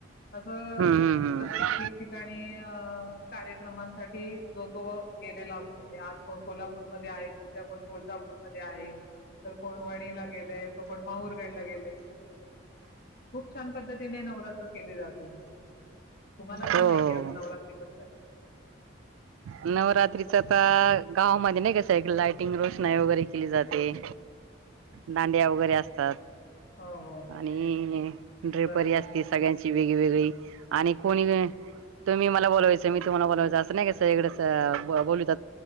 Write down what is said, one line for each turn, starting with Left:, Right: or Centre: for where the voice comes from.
Left: असं
Right: हम्म हम्म हम्म
Left: प्रत्येक आणि अ कार्यक्रमांसाठी जो तो गेणे लाग म्हणजे आज कोण कोल्हापूरमध्येध्ये आहे <unintelligible> तुळजापूरमध्येध्ये आहे तर कोण वणीला गेलंय तर कोण माहरगडला गेला खूप छान पद्धतीने नवरात्र केले जाते अ ह <unintelligible> काय
Right: हो
Left: माहिती
Right: हो
Left: ए अजून नवरात्री बद्दल
Right: नवरात्रीचा ता गावामध्ये नाही का सगळीकडे लाइटिंग रोषणाई वगैरे केली जाते दांडिया वगैरे असतात
Left: हो हो
Right: आणि ड्रेपरी
Left: बरोबर
Right: असती सगळ्यांच ती वेग वगळी आणि कोणी तुम्ही मला बोलावायचं मी तुम्हाला बोलायचं अस नाही सगळीकड स बोलवीतात